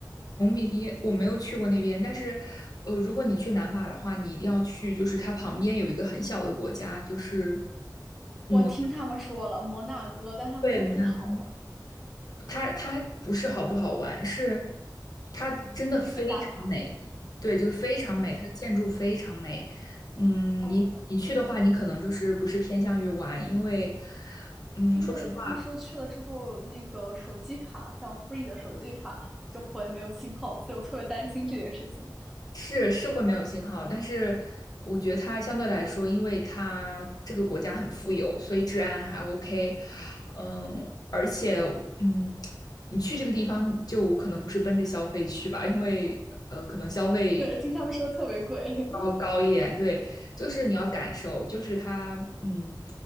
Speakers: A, on the left; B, in the centre.
A: 蒙彼利我没有去过那边，但是，呃，如果你去南法的话，你一定要去，就是它旁边有一个很小的国家，就是摩，
B: 我听他们说了摩纳哥，但他们说不好玩
A: 对，摩纳哥，它它不是好不好玩，是它真的非常美，
B: 纯打卡。
A: 对，就是非常美，
B: 美
A: 它的建筑非常美。嗯，
B: 哦。
A: 你你去的话，你可能就是不是偏向于玩，因为，嗯，
B: 因为他们说去了之后，
A: 说实话。
B: 那个手机卡，像 Free 的手机卡就会没有信号，所以我特别担心这件事情。
A: 是是会没有信号，但是我觉得它相对来说，因为它这个国家很富有，所以治安还 OK。嗯，而且嗯，你去这个地方就可能不是奔着消费去吧，因为呃，可能消费
B: 对，听他们说特别贵。
A: 高高一点。对，就是你要感受，就是它嗯，